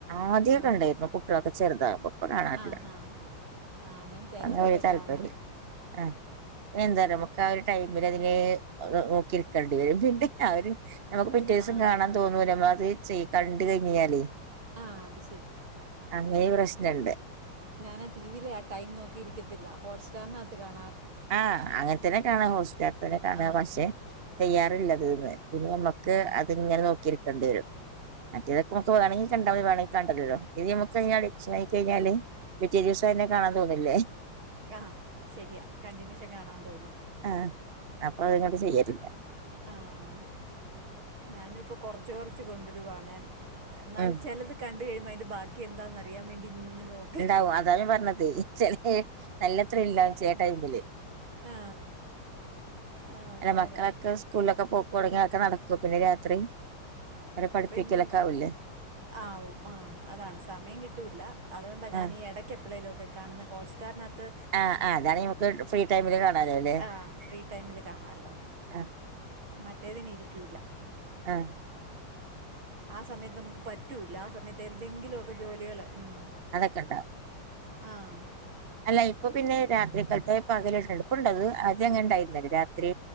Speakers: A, on the right (about 45°); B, on the right (about 75°).
A: ആദ്യമൊക്കെ
B: ആ
A: ഉണ്ടായിരുന്നു കുട്ടികളൊക്കെ ചെറുതായപ്പം ഇപ്പ കാണാറില്ല
B: ആ ഹാ ആ ഞാൻ ചിലതൊക്കെ
A: അങ്ങനൊരു താല്പര്യ
B: കാണും
A: ആ എന്താറിയോ നമുക്ക് ആ ഒരു ടൈമിൽ അതിനെ നോക്കിരിക്കേണ്ടി വരും പിന്നെ അവര് നമുക്ക് പിറ്റേ ദിവസം
B: ആ
A: കാണാൻ തോന്നൂല നമ്മ അത് ചെയ് കണ്ട് കഴിഞ്ഞാലേ
B: ആഹ് അവി
A: അങ്ങനേരു പ്രശ്നുണ്ട്
B: ഞാൻ ആ ടിവിൽ ആ ടൈം നോക്കി ഇരിക്കത്തില്ല ഹോട്ട്സ്റ്റാറിനകത്ത് കാണാ
A: ആഹ് അങ്ങനെ തന്നെ കാണാ ഹോസ്റ്റാർ തന്നെ കാണാ
B: ആ
A: പക്ഷെ തയ്യാറുള്ളത് ന്ന് പിന്നെമ്മ ക്ക്
B: ആ
A: അതിങ്ങനെ നോക്കിരിക്കേണ്ടിരും മറ്റേതൊക്കെമ്മക്ക് വേണെങ്കി കണ്ടാ മതി വേണ്ടങ്കി കണ്ടേലല്ലോ ഇത് നമുക്കെയിഞ്ഞാൽ അഡിഷനായി കയിഞ്ഞാല് പിറ്റേ ദിവസം അയന്നെ കാണാൻ തോന്നില്ലേ
B: ആഹ് ശരിയാ കണ്ടിന്യൂഷൻ കാണാൻ തോന്നും
A: ആഹ് അപ്പൊ അത്ങ്ങോട്ട് ചെയ്യലില്ല
B: ആഹ് ഞാനും ഇപ്പോ കൊറച്ച് കൊറച്ച് കൊണ്ടുരുവാണേ എന്നാൽ
A: ഉം
B: ചെലത് കണ്ട് കഴുയുമ്പം അതിന്റെ ബാക്കി എന്താന്ന് അറിയാൻ വേണ്ടി ഇങ്ങനെ നോക്കാ
A: ഓ അതാ ഞാൻ പറഞ്ഞതേ ചെലേ നല്ലത്രില്ലാണ് ചെല ടൈമില്
B: ആ ആ,
A: അല്ല
B: നേരാ
A: മക്കളൊക്കെ സ്കൂളിലൊക്കെ പോ ലൊടങ്ങിയാൽ അതൊക്കെ നടക്കോ പിന്നെ രാത്രി അവരെ പഠിപ്പിക്കലൊക്കെ
B: പിന്നെ
A: ആവില്ലേ
B: ആവും ആഹ് അതാണ് സമയം കിട്ടൂല്ല അതുകൊണ്ടാ ഞാൻ
A: ആഹ്
B: ഈ ഇടയ്ക്കെപ്പളേലൊക്കെ കാണുന്ന ഹോട്ട് സ്റ്റാറിനകത്ത്
A: ആഹ് ആഹ് അതാണ് നമുക്ക് ഫ്രീ ടൈമില് കാണാലോല്ലേ
B: ആ ഫ്രീ ടൈമിൽ കാണാമല്ലോ
A: ആഹ്
B: മറ്റേതിന് ഇരിക്കൂല്ല
A: ആഹ്
B: ആ സമയത്ത് നമുക്ക് പറ്റൂല്ല ആ സമയത്ത് എന്തെങ്കിലൊക്കെ ജോലികള് ഉം
A: അതൊക്കെണ്ടോ
B: ആഹ്
A: അല്ല ഇപ്പൊ പിന്നെ രാത്രിക്കൽത്തെ പകലെന്നെപ്പുണ്ടത് ആദ്യം അങ്ങനെണ്ടായിരുന്നല്ലേ രാത്രി